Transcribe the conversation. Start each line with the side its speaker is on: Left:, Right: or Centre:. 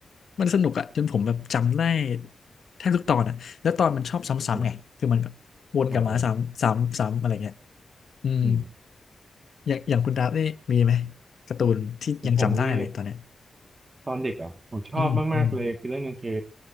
Left: มันสนุกอะจนผมแบบจำได้แทบทุกตอนอะแล้วตอนมันชอบซ้ำๆไงคือมันแบบวนกลับมาซ้ำซ้ำซ้ำอะไรเงี้ย
Right: อืมเออเออ
Left: อืม
Right: อืม
Left: อย่างอย่างคุณดาบนี่มีไหมการ์ตูนที่ยังจำได้เลยตอนเนี้ย
Right: ของผมนี่ตอนเด็กอ่ะผมชอบมากๆเลยคือเรื่องหนึงคือ
Left: อืมอืม